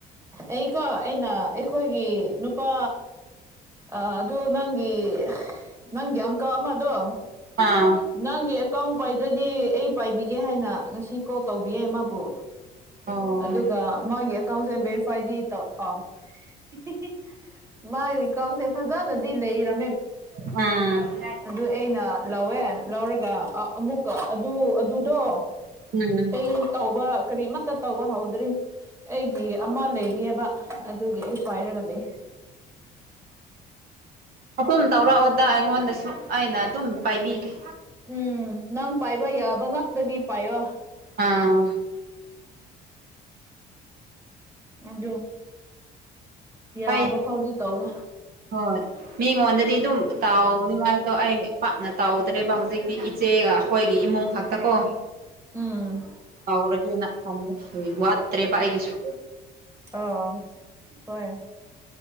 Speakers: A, on the right; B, on the right.
A: ꯑꯩꯀꯣ ꯑꯩꯅ ꯑꯩꯈꯣꯏꯒꯤ ꯅꯨꯄꯥ ꯑ ꯑꯗꯨ ꯅꯪꯒꯤ ꯅꯪꯒꯤ ꯑꯪꯀ ꯑꯃꯗꯣ
B: ꯑꯥ
A: ꯅꯪꯒꯤ ꯑꯦꯀꯥꯎꯟ ꯄꯥꯏꯗ꯭ꯔꯗꯤ ꯑꯩ ꯄꯥꯏꯕꯤꯒꯦ ꯍꯥꯏꯅ ꯉꯁꯤ ꯀꯣꯜ ꯇꯧꯕꯤꯌꯦ ꯃꯥꯕꯨ
B: ꯑꯣ
A: ꯑꯗꯨꯒ ꯃꯥꯒꯤ ꯑꯦꯀꯥꯎꯟꯁꯦ ꯚꯦꯔꯤꯐꯥꯏꯗꯤ ꯇꯧ ꯑꯥ ꯍꯤ ꯍꯤ ꯃꯥꯒꯤ ꯑꯦꯀꯥꯎꯟꯁꯦ ꯐꯖꯅꯗꯤ ꯂꯩꯔꯝ
B: ꯎꯝ
A: ꯑꯗꯨ ꯑꯩꯅ ꯂꯧꯋꯦ ꯂꯧꯔꯒ ꯑ ꯑꯃꯨꯛꯀ ꯑꯗꯨ ꯑꯗꯨꯗꯣ
B: ꯎꯝ
A: ꯀꯩ ꯇꯧꯕ ꯀꯔꯤꯃꯠꯇ ꯇꯧꯕ ꯍꯧꯗ꯭ꯔꯤ ꯑꯩꯒꯤ ꯑꯃ ꯂꯩꯔꯤꯑꯦꯕ ꯑꯗꯨꯒꯤ ꯑꯩ ꯄꯥꯏꯔꯒ ꯂꯩ
B: ꯑꯗꯨꯝ ꯇꯧꯔꯛꯑꯣꯗ ꯑꯩꯉꯣꯟꯗꯁꯨ ꯑꯩꯅ ꯑꯗꯨꯝ ꯄꯥꯏꯕꯤꯒꯦ
A: ꯎꯝ ꯅꯪ ꯄꯥꯏꯕ ꯌꯥꯕ ꯉꯥꯛꯇꯗꯤ ꯄꯥꯏꯌꯣ
B: ꯑꯥ
A: ꯑꯣ ꯌꯥꯕ
B: ꯍꯣꯏ
A: ꯐꯥꯎꯗꯤ ꯇꯧꯔꯦ
B: ꯍꯣꯏ ꯃꯤꯉꯣꯟꯗꯗꯤ ꯑꯗꯨꯝ ꯇꯥꯎꯅꯤꯡꯉꯥꯏꯗꯣ ꯑꯩ ꯄꯥꯛꯅ ꯇꯥꯎꯗ꯭ꯔꯦꯕ ꯍꯧꯖꯤꯛꯇꯤ ꯏꯆꯦꯒ ꯑꯩꯈꯣꯏꯒꯤ ꯏꯃꯨꯡ ꯉꯥꯛꯇꯀꯣ
A: ꯎꯝ
B: ꯀꯥꯎꯔꯒꯦꯅ ꯋꯥꯠꯇ꯭ꯔꯦꯕ ꯑꯩꯒꯤꯁꯨ
A: ꯑꯣ ꯍꯣꯏ